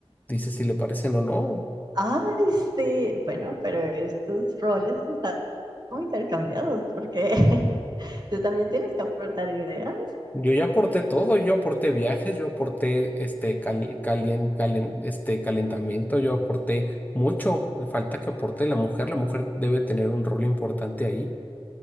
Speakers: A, on the left (about 15°); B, on the right (about 45°).
A: dice si le parecen o no.
B: Ay, sí, bueno, pero estos roles están muy intercambiados porque <laughs> tú también tienes que aportar ideas.
A: Yo ya aporté todo, yo aporté viajes, yo aporté este, cal- calien- calen- este calentamiento, yo aporté mucho. Le falta que aporte la mujer, la mujer debe tener un rol importante ahí.